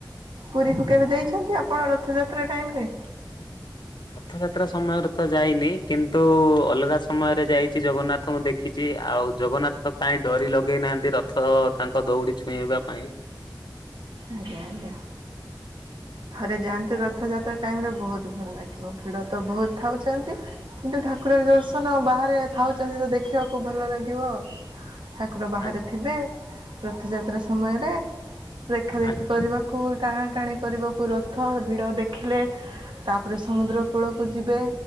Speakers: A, on the right; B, on the left.
A: ପୁରୀକୁ କେବେ ଯାଇଛନ୍ତି ଆପଣ ରଥଯାତ୍ରା ଟାଇମ୍ ରେ?
B: ରଥଯାତ୍ରା ସମୟରେ ତ ଯାଇନି କିନ୍ତୁ ଅଲଗା ସମୟରେ ଯାଇଚି, ଜଗନ୍ନାଥଙ୍କୁ ଦେଖ ଦେଖିଚି, ଆଉ ଜଗନ୍ନାଥ ତ କାଇଁ ଡରି ଲଗେଇ ନାହାନ୍ତି, ରଥ ତାଙ୍କ ଦୌଡି ଛୁଇଁବା ପାଇଁ।
A: ଆଜ୍ଞା ଆଜ୍ଞା। ଥରେ ଯାଆନ୍ତୁ ରଥଯାତ୍ରା ଟାଇମ୍ ରେ, ବହୁତ ଭଲ ଲାଗିବ, ଭିଡ଼ ତ ବହୁତ ଥାଉଚନ୍ତି। କିନ୍ତୁ ଠାକୁର ବି ଦର୍ଶନ, ଆଉ ବାହାରେ ଥାଉଛନ୍ତି, ତ ଦେଖିବାକୁ ଭଲ ଲାଗିବ। ଠାକୁର ବାହାରେ
B: ଆଜ୍ଞା
A: ଥିବେ, ରଥଯାତ୍ରା ସମୟରେ, ଦେଖାଦେଖି
B: ଆଜ୍ଞା
A: କରିବ। କୁ ଟାଣା ଟାଣି କରିବାକୁ ରଥ, ଭିଡ଼ ଦେଖିଲେ ତାପରେ ସମୁଦ୍ର କୂଳକୁ ଯିବେ,